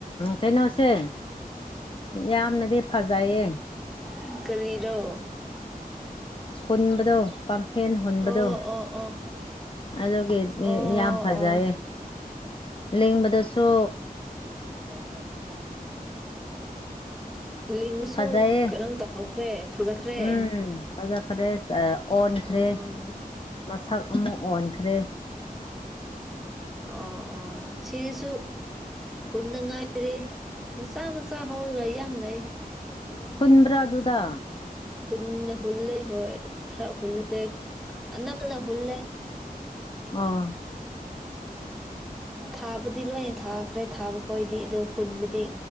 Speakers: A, on the left; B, in the centre.
A: ꯀꯩꯅꯣꯁꯦ ꯌꯥꯝꯅꯗꯤ ꯐꯖꯩꯌꯦ
B: ꯎꯝ ꯀꯔꯤꯔꯣ
A: ꯍꯨꯟꯕꯗꯣ ꯄꯝꯐꯦꯟ ꯍꯨꯟꯕꯗꯣ
B: ꯑꯣ ꯑꯣ ꯑꯣ
A: ꯑꯗꯨꯒꯤ
B: ꯑꯣ
A: ꯌꯥꯝ ꯐꯖꯩꯌꯦ
B: ꯑꯣ
A: ꯂꯦꯡꯕꯗꯁꯨ
B: ꯐꯝꯕ <unintelligible> <inaudible> ꯂꯤꯡꯉꯁꯨ
A: ꯐꯖꯩꯌꯦ
B: ꯀꯩꯅꯣꯝ ꯇꯥꯎꯈ꯭ꯔꯦ ꯐꯖꯈ꯭ꯔꯦ
A: ꯎꯝ ꯐꯖꯈ꯭ꯔꯦ ꯑꯣꯟꯈ꯭ꯔꯦ
B: ꯑꯣ
A: ꯃꯁꯛ ꯑꯃꯨꯛ ꯑꯣꯟꯈ꯭ꯔꯦ
B: ꯑꯣ ꯑꯣ ꯁꯤꯁꯨ ꯍꯨꯟꯅ ꯉꯥꯏꯔꯤ ꯃꯆꯥ ꯃꯆꯥ ꯍꯧꯔꯒ ꯌꯥꯝ ꯂꯩ
A: ꯍꯨꯟꯕ꯭ꯔꯥ ꯑꯗꯨꯗ
B: ꯨ ꯍꯨꯜꯂꯦ ꯍꯣꯏ ꯈꯔ ꯍꯨꯜꯂꯦ ꯑꯅꯝꯕꯅ ꯍꯨꯜꯂꯦ
A: ꯑꯥ
B: ꯊꯥꯕꯗꯤ ꯂꯣꯏꯅ ꯊꯥꯈ꯭ꯔꯦ ꯊꯥꯕ ꯈꯣꯢꯗꯤ ꯑꯗꯨ ꯍꯨꯟꯕꯗꯤ